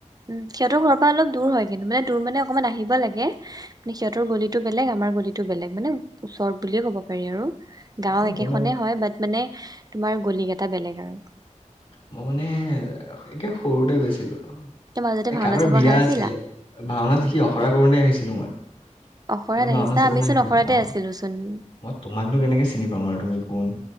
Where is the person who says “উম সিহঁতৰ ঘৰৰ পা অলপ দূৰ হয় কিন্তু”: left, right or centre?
Right